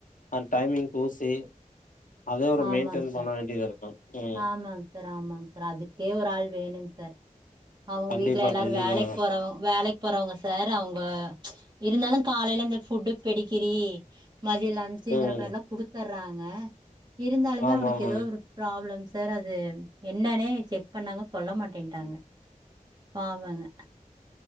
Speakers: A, on the left; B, on the right.
A: அந்த டைமிங்க்கு ஊசி அதே ஒரு
B: ஆமாங்
A: மெயின்டெயின்
B: சார்
A: பண்ண வேண்டியது இருக்கும். ம்.
B: ஆமாங் சார் ஆமாங் சார் அதுக்கே ஒரு ஆள் வேணுங் சார் அவங்க
A: கண்டிப்பா,
B: வீட்டுல எல்லாரு
A: கண்டிப்பாங்க.
B: வேலைக் போறவங்க வேலைக் போறவங்க சார் அவங்க இருந்தாலு காலையில இந்த ஃபுட்டு பெடிகிரி மதியம் லஞ்ச்ங்கிற
A: ம்.
B: மேரிலா குடுத்தர்றாங்க ங்க இருந்தாலுமே
A: ஆமாமாங்க.
B: அவனுக்கு எதோ ஒரு ப்ராப்ளம்ஸ் சார் அது என்னன்னே செக் பண்ணாமா சொல்ல மாட்டேட்டாங்க பாவங்க